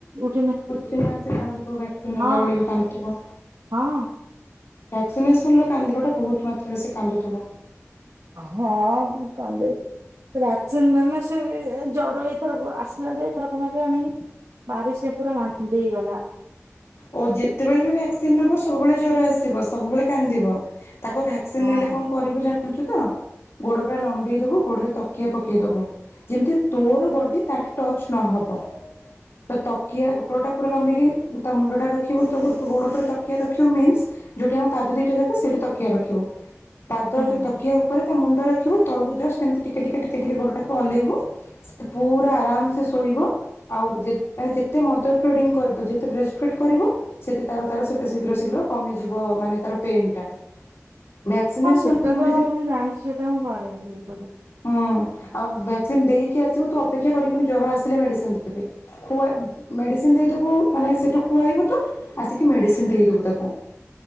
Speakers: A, on the right; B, on the left.
A: ଉଠିନେ
B: ଚିହ୍ନା, ସେ କାନ୍ଦୁଥିବ, ଭ୍ୟାକ୍ସିନ ନେଲା
A: ହଁ
B: ବଳେ ବି କାନ୍ଦୁଥିବ।
A: ହଁ
B: ଭ୍ୟାକ୍ସିନେସନ୍ର କାନ୍ଦିବାଟା ବହୁତ ମାତ୍ରାରେ ସେ କାନ୍ଦୁଥିବ।
A: ହଁ, କାନ୍ଦେ। ଭ୍ୟାକ୍ସିନ୍‌ ନେଲେ ସେ ଏ-ଏ ଜର, ଏଇଥରକ ଆସିଲା ଯେ, ଏଇଥରକ ମାନେ ଆଣି ଭାରି ସେ ପୁରା ମାନ୍ଦେଇ ଗଲା।
B: ଓ, ଯେତେବେଳେ ବି ଭ୍ୟାକ୍ସିନ୍‌ ନବ, ସବୁବେଳେ ଜର ଆସିବ, ସବୁବେଳେ କାନ୍ଦିବ। ତାକୁ ଭ୍ୟାକ୍ସିନ୍‌
A: ହଁ
B: ନେଲେ କଣ କରିବୁ ଜାଣିଛୁ ତ? ଗୋଡ଼ ପୁରା ଲମ୍ବେଇ ଦଵୁ, ଗୋଡ଼ରେ ତକିଆ ପକେଇଦବୁ। ଯେମିତି ତୋର ବଡ଼ି ତାଠି ଟଚ୍ ନହବ। ତ ତକିଆ ଗୋଡ଼ଟା ପୁରା ଲମ୍ବିକି ତା ମୁଣ୍ଡଟା ରଖିବୁ, ତୋ ତୋ ଗୋଡ଼ ଉପରେ ତକିଆ ରଖିବୁ, ମିନ୍ସ ଯୋଉଠି ଆମ ପାଦ ଦିଟା ଯାକ, ସେଠି ତକିଆ ରଖିବ। ପାଦ
A: ହୁଁ।
B: ଯୋଉ ତକିଆ ଉପରେ ତା ମୁଣ୍ଡ ରଖିବୁ, ତଳକୁ ଜଷ୍ଟ ଏମିତି ଟିକେ ଟିକେ ଟିକେ ଟିକେ ଗୋଡ଼ଟାକୁ ହଲେଇବୁ। ସେ ପୁରା ଆରାମ ସେ ଶୋଇବ ଆଉ, ଯେ ଯେତେ ମଦର ଫିଡିଙ୍ଗ କର, ଯେତେ ବ୍ରେ ଫିଡ୍‌ କରିବ, ସେତେ ତାର ତାର ସେତେ ଶୀଘ୍ର ଶୀଘ୍ର କମିଯିବ, ମାନେ ତାର ପେନ୍ ଟା। ଭ୍ୟାକ୍ସିନେସନ
A: ହଁ, ସେଟା ତ
B: ଯଦି
A: ମୁଁ ଜାଣିଛି, ସେଟା ମୁଁ କରେନି <unintelligible>
B: ହୁଁ, ଆଉ ଭ୍ୟାକ୍ସିନ ଦେଇକି ଆସିବୁ, ତୁ ଅପେକ୍ଷା କରିବୁନି, ଜର ଆସିଲେ ମେଡିସିନ ଦେବେ। ଖୁଆଇ ମେଡ଼ିସିନ ଦେଇଦେବୁ, ମାନେ ସେଇଠୁ ଖୁଆଇବୁ ତ ଆସିକି ମେଡ଼ିସିନ ଦେଇଦବୁ ତାକୁ।